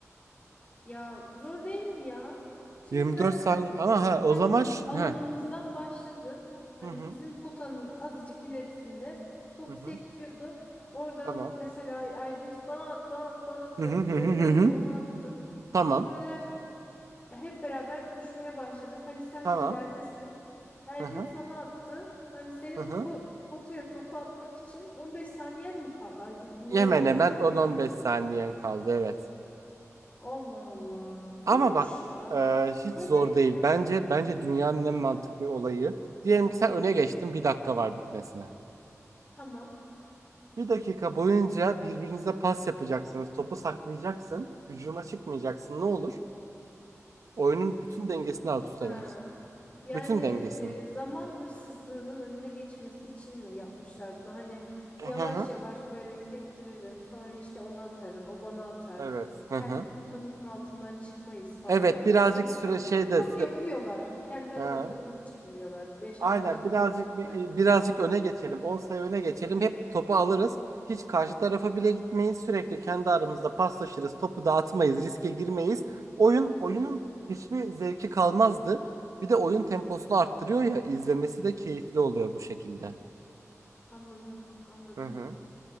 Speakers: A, on the left; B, on the right.
A: Ya bu zor değil mi ya? Şimdi
B: 24
A: ben
B: saniye ama ha o
A: kendi
B: zaman şu-
A: alanımızdan
B: ha.
A: başladım. Hani
B: Hı hı
A: bizim potanın azıcık ilerisinde topu
B: hı hı.
A: sektiriyordum. Oradan
B: Tamam.
A: mesela Erdinç bana at bana at bana at
B: Hı
A: yaptı.
B: hı hı
A: Böyle
B: hı hı.
A: ben de
B: hı.
A: ona attım.
B: Tamam.
A: Sonra hep beraber koşmaya başladık. Hani sen
B: Tamam.
A: de ileridesin. Erdin
B: Hı hı
A: sana attı. Hani senin
B: hı hı.
A: bu po- potaya topu atmak için 15 saniyen mi kaldı? Hani biz bunu
B: Hemen
A: 10
B: hemen
A: saniyede
B: 10-15
A: yaptık.
B: saniyen kaldı evet.
A: Allah Allah. Zormuş
B: Ama bak
A: ya.
B: e, hiç
A: Zor
B: zor
A: değil
B: değil.
A: mi?
B: Bence bence dünyanın en mantıklı olayı. Diyelim ki sen öne geçtin bir dakika var bitmesine.
A: Tamam.
B: Bir dakika boyunca birbirinize pas yapacaksınız. Topu saklayacaksın. Hücuma çıkmayacaksın. Ne olur? Oyunun bütün dengesini alt üst
A: Ha.
B: edersin.
A: Yani
B: Bütün dengesini.
A: e, zaman hırsızlığının önüne geçmesi için mi yapmışlar bunu? Hani
B: Hı
A: yavaş
B: hı.
A: yavaş böyle sektiririm, sonra işte ona atarım, o bana atar.
B: Evet. Hı
A: Kendi
B: hı.
A: potamızın altından çıkmayız falan.
B: Evet
A: Hani
B: birazcık
A: bunu
B: süre
A: futbolda
B: şey de...
A: çok yapıyorlar. Kendi aralarında
B: e, hı.
A: top çeviriyorlar. beş
B: Aynen
A: altı dakika
B: birazcık
A: uğraşıyorlar.
B: bi- birazcık öne geçelim. on sayı öne geçelim. Hep topu alırız. Hiç karşı tarafa bile gitmeyiz. Sürekli kendi aramızda paslaşırız. Topu dağıtmayız. Riske girmeyiz. Oyun oyunun hiçbir zevki kalmazdı. Bir de oyun temposunu arttırıyor ya izlemesi de keyifli oluyor bu şekilde.
A: Anladım, anladım.
B: Hı hı.